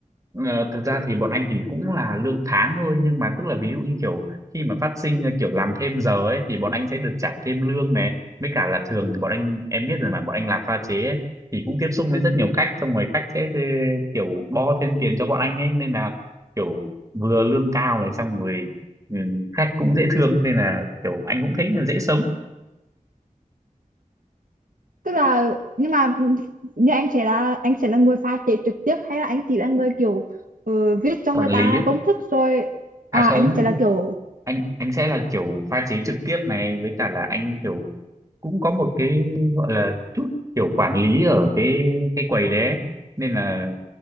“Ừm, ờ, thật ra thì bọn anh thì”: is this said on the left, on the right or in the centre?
Right